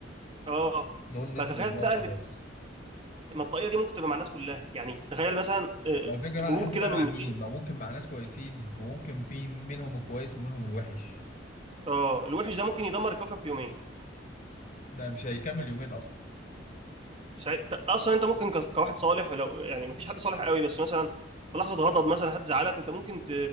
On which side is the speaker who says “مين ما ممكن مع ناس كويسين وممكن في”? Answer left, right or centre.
Left